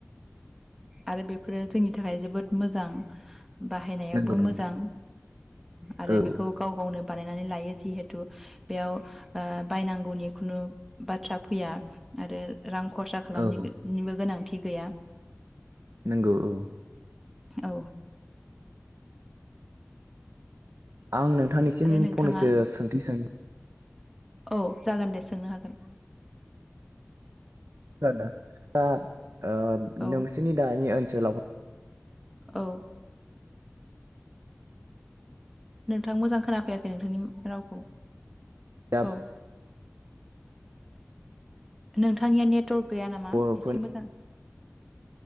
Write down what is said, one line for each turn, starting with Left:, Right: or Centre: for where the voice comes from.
Centre: आरो बेफोरो जोंनि थाखाय जोबोद मोजां,। बाहायनायावबो
Right: नंगौ नोंथां
Centre: मोजां आरो
Right: औ
Centre: बेखौ गाव गावनो बानायनानै लायो। जिहेथु बेयाव ओ बायनांगौनि खुनु बाथ्रा फैया आरो। रां खरसा खालामनिनिबो
Right: औ
Centre: गोनांथि गैया‌।
Right: नोंगौ औ।
Centre: औ।
Right: आं नोंथांनिसिम
Centre: आरो नोंथाङा
Right: फंनैसो सोंथि सों
Centre: औ जागोन दे सोंनो हागोन।
Right: आदा दा ओ
Centre: औ
Right: नोंसोरनि दानि ओनसोलावाय
Centre: औ। नोंथां मोजां खोनाफैयाखै नोंथांनि रावखौ
Right: दा
Centre: औ नोंथांनिया नेटवर्क गैया नामा
Right: बर'फोरनि
Centre: एसे मोजां